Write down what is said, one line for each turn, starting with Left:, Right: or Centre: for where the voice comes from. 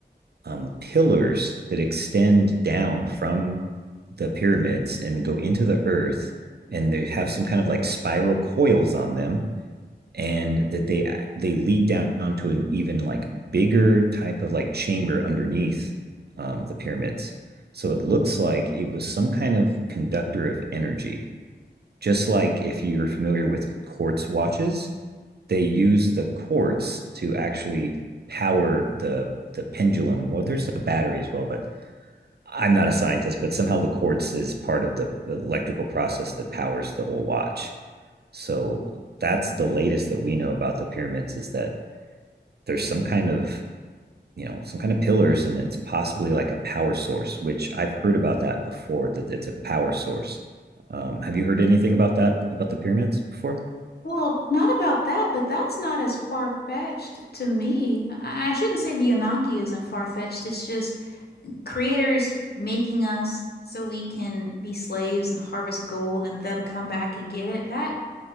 Right: um, pillars that extend down from the pyramids and go into the earth and they have some kind of like spiral coils on them and that they they lead down to an even like bigger type of like chamber underneath um, the pyramids so it looks like it was some kind of conductor of energy just like if you're familiar with quartz watches they use the quartz to actually power the the pendulum. Well, there's a battery as well, but I'm not a scientist. But somehow the quartz is part of the electrical process that powers the whole watch. So that's the latest that we know about the pyramids is that there's some kind of you know some kind of pillars and it's possibly like a power source which i've heard about that before that it's a power source um, have you heard anything about that about the pyramids before
Left: Well, not about that, but that's not as far-fetched to me. I I shouldn't say the Anunnaki isn't far-fetched. It's just creators making us so we can be slaves and harvest gold and them come back and get it. That